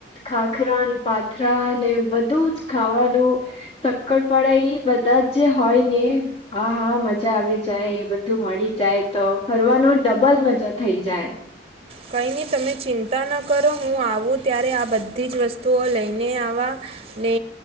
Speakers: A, on the left (about 30°); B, on the right (about 35°).
A: ખાખરા અનેને પાથરા અને બધું જ ખાવાનું સક્કરપળાઈ બધા જે હોય ને અહહ મજા આવી જાય એ બધું મળી જાય તો ફરવાનું ડબલ મજા થઈ જાય.
B: કઈ નહી તમે ચિંતા ન કરો હું આવું ત્યારે આ બધી જ વસ્તુઓ લઈને આવા. ને